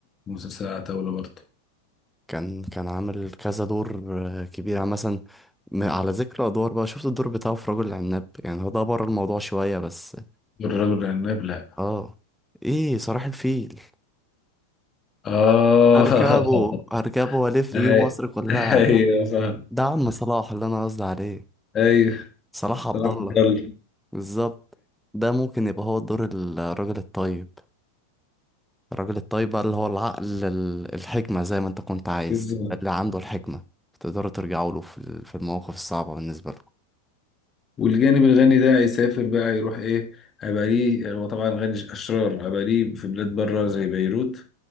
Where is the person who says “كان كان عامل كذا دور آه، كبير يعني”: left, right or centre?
Centre